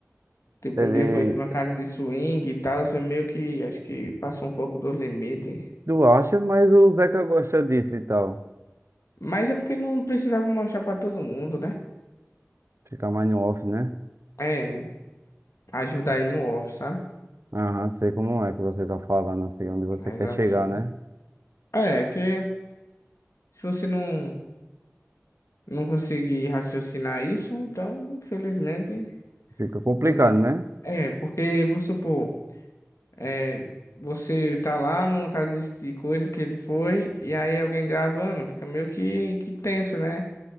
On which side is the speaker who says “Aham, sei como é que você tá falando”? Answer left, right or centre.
Right